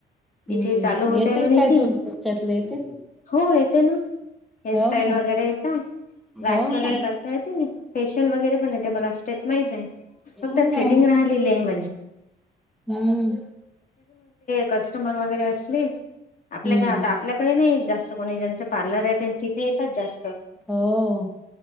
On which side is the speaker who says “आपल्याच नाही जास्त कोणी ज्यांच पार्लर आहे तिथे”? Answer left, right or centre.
Left